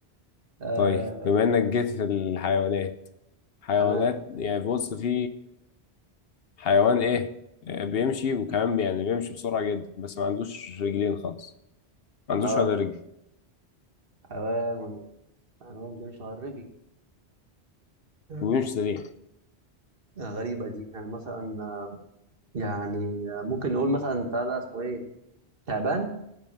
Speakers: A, on the right; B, on the left.
A: آه
B: طيب بما إنك جيت في الحيوانات حيوانات
A: تمام
B: يعني بص في حيوان ايه آه، بيمشي وكمان بي- يعني بيمشي بسرعة جدا بس ما عندوش رجلين خالص ما
A: اه
B: عندوش ولا رجل
A: حيوان حيوان ده مش غربي آه،
B: وبيمشي سريع
A: غريبة دي يعني مثلا آه، يعني آه، ممكن نقول مثلا بتاع ده اسمه ايه تعبان